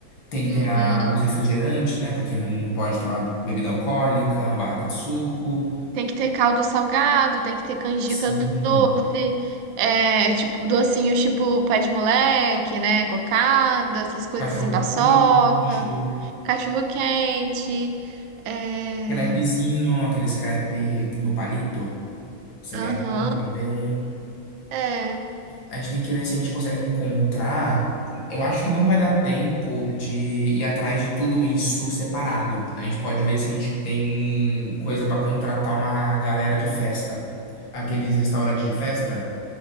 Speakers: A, on the left (about 70°); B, on the right (about 75°).
A: Tem que
B: Uhum.
A: ter a, o refrigerante, né? Pra quem não pode tomar bebida alcoólica, uma barraca de suco.
B: Tem que ter caldo salgado, tem que ter canjica
A: Sim,
B: doce, é, tipo, docinhos tipo pé de moleque, né? Cocada, essas coisas
A: cachorro
B: assim, paçoca,
A: quente.
B: cachorro quente. É.
A: Crepezinho, aqueles crepe no palito, seria
B: Aham.
A: bom também.
B: É.
A: A gente tem que ver se a gente consegue encontrar. Eu acho que não vai dar tempo de ir atrás de tudo isso separado. A gente pode ver se a gente tem coisa pra contratar uma galera de festa. Aqueles restaurantes de festa